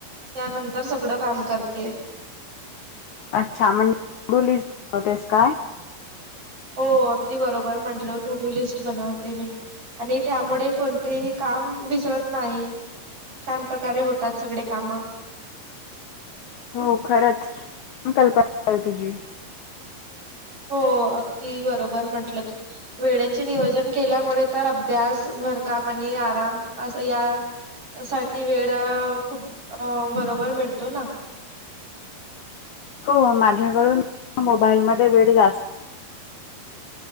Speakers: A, on the right (about 35°); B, on the left (about 65°).
A: त्यानंतर सगळं काम करते.
B: अच्छा म्हणजे <unintelligible> का
A: हो अगदी बरोबर म्हटल टूडू लिस्ट बनवते मी. आणि त्यामुडे कोणतेही काम विसरत नाही. छान प्रकारे होतात सगडे कामं
B: हो खरंच <unintelligible> कल्पना तुझी
A: हो अगदी बरोबर म्हंटलं तू वेळेचे नियोजन केल्यामुळे तर अभ्यास घरकाम आणि आराम अस या साठी वेड अ खूप बरोबर मिळतो ना.
B: हो माझ्याकडून मोबाईलमध्ये <unintelligible>